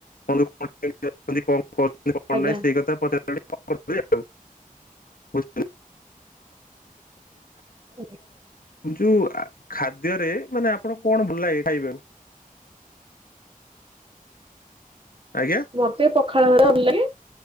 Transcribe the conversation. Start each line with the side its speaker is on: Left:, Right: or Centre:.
Left: ବନ୍ଧୁ <unintelligible>
Right: ଆଜ୍ଞା
Left: କଣ। <inaudible>
Right: ଆଜ୍ଞା।
Left: ଯୋଉ ଆ ଖାଦ୍ୟରେ ମାନେ ଆପଣ କଣ ଭଲ ଲାଗେ ଖାଇବାକୁ? ଆଜ୍ଞା?
Right: ମତେ ପଖାଳ ଭାତ ଭଲ ଲାଗେ